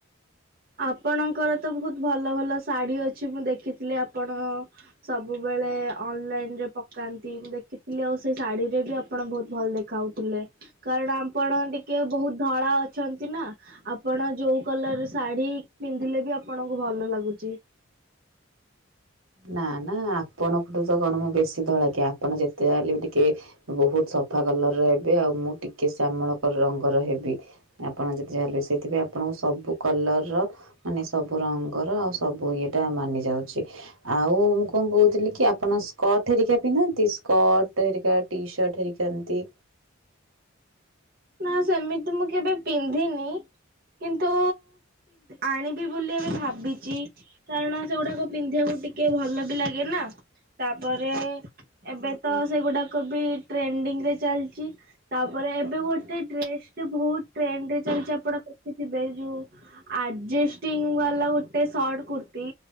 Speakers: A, on the right; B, on the right.
A: ଆପଣଙ୍କର ତ ବହୁତ୍ ଭଲ ଭଲ ଶାଢ଼ୀ ଅଛି, ମୁଁ ଦେଖିଥିଲି ଆପଣ ସବୁବେଳେ ଅନ୍‌ ଲାଇନ୍‌ରେ ପକାନ୍ତି, ମୁଁ ଦେଖିଥିଲି ଆଉ ସେ ଶାଢ଼ୀରେ ବି ଆପଣ ବହୁତ୍ ଭଲ୍ ଦେଖାଉ--ଲେ। କାରଣ ଆପଣ ଟିକେ ବହୁତ୍ ଧଳା ଅଛନ୍ତି, ନା ଆପଣ ଯଉ କଲର୍ ଶାଢ଼ୀ ପିନ୍ଧିଲେ ବି ଆପଣଙ୍କୁ ଭଲ ଲାଗୁଚି।
B: ନା ନା, ଆପଣଙ୍କ ତ କ'ଣ ମୁଁ ବେଶୀ ଧଳା କି? ଆପଣ ଯେତେ ଯାହା ବି ଟିକେ ବହୁତ୍ ସଫା କଲର୍ ର ହେବେ, ଆଉ ମୁଁ ଟିକେ ଶ୍ଯାମଳ ରଙ୍ଗର ହେବି। ଆପଣ--------ସେଇଥି ଆପଣଙ୍କୁ ସବୁ କଲର୍ର ର ମାନେ ସବୁ ରଙ୍ଗର ଆଉ ସବୁ ଇଏଟା ମାନି ଯାଉଛି। ଆଉ ମୁଁ କ'ଣ କହୁଥିଲି କି ଆପଣ ସ୍କର୍ଟ ହେରିକା ପିନ୍ଧନ୍ତି, ସ୍କର୍ଟ ହେରିକା ଟି ସାର୍ଟ ହେରିକା ଏମ୍ତି।
A: ନା ସେମିତି ମୁଁ କେବେ ପିନ୍ଧିନି, କିନ୍ତୁ ଆଣିି ବୋଲି ଏବେ ଭାବିଚି, କାରଣ ସେଗୁଡ଼ାକ ପିନ୍ଧିବାକୁ ଟିକେ ଭଲ ବି ଲାଗେ ନା। ତା'ପରେ ଏବେ ତ ସେଇ ଗୁଡ଼ାକ ବି ଟ୍ରେଣ୍ଡିଙ୍ଗ୍ ଚାଲ୍ଚି, ତା'ପରେ ଏବେ ଗୋ ଡ୍ରେସ୍‌ ଟି ହୁତତ୍ ଟ୍ରେଣ୍ଡ୍ ରେ ଚାଲ୍ଚି ଆପଣ ଦେଖିଥିବେ। ଯଉ ଆର୍ଜେଷ୍ଟିଙ୍ଗ୍ ବାଲା ଗୋଟେ ସର୍ଟ କୁର୍ତ୍ତୀ,